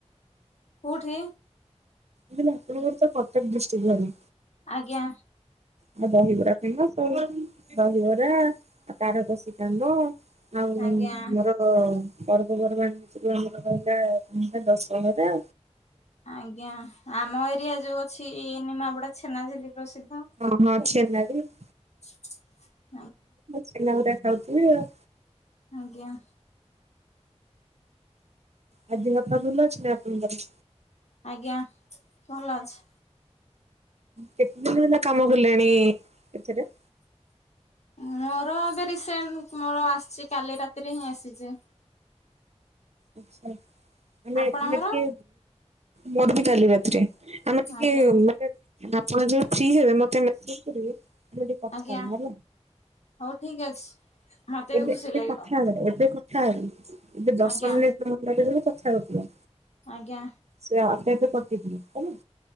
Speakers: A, on the left; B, on the right.
A: କୋଉଠି?
B: <unintelligible> କଟକ ଡିିଷ୍ଟ୍ରିକ ଆଡ଼େ
A: ଆଜ୍ଞା।
B: ଆଉ ଦହିବରା ଫେମସ ଆଉ ଦହିବରା ଆଉ ତାରକସି କାନ୍ଦ ଆଉ <unintelligible>
A: ଆଜ୍ଞା।
B: ହ ପର୍ବପର୍ବାଣି ଭିତରୁ ଆମର ରହିଲା ଦଶହରା।
A: ଆଜ୍ଞା ଆମ ଏରିଆ ଯୋଉ ଅଛି ଏଇ ନିିମାପଡା ଛେନା ଝିଲି ପ୍ରସିଦ୍ଧ।
B: ହଁ ହଁ ଛେନା ଝିଲ୍।।
A: <inaudible>
B: ଛେନାଉରା ଖାଉଥିବେ ଆଉ।
A: ଆଜ୍ଞା।
B: ଆଉ ଦେହ ପା ବଲ ଅଛିନା ଆପଣଙ୍କର।
A: ଆଜ୍ଞା ଭଲ ଅଛି।
B: କେତେ ଦିନ ହେଲା କାମ କଲେଣି ଏଥିରେ।
A: ମୋର ଏବେ ରିସେଣ୍ଟ ମୋର ଆସିଚି କାଲି ରାତିରେ ହିଁ ଆସିଚି।
B: ଆଛା ଆମେ
A: ଆପଣଙ୍କର?
B: ଆମେ କେ ମୋର ବି କାଲି ରାତିରେ ଆମେ ଟିକେ
A: ଆଜ୍ଞା
B: ମାନେ ହେଲେ ଆପଣ ଯୋଉ ଫ୍ରି ହେବେ ମତେ ମେସେଜ କରିବେ। ଆମେ ଟିକେ କଥା
A: ଆଜ୍ଞା
B: ହବା ହେଲା।
A: ହଉ ଠିକ ଅଛି। ମତେ
B: ଏବେ
A: ବି ଖୁସି
B: ଏବେ
A: ଲାଗିବ
B: କଥା ଏବେ କ ଥାଇ ଏବେ ଦଶ
A: ଆଜ୍ଞା
B: ମିନିଟ <unintelligible> କଥା ହଉଥିବ।
A: ଆଜ୍ଞା।
B: ସେ ଆପ ଆପେ କଟିବ ହେଲା।